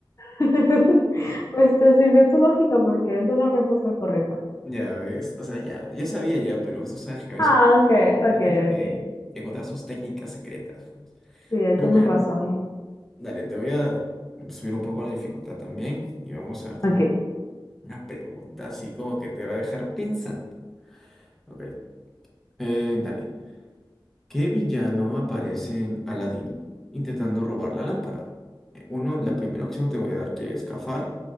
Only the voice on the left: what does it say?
<laughs> Pues te sirvió tu lógica porque esa es la respuesta correcta.
Ah, ok,
ok,
ok.
Sí,
tienes
razón.
Ok.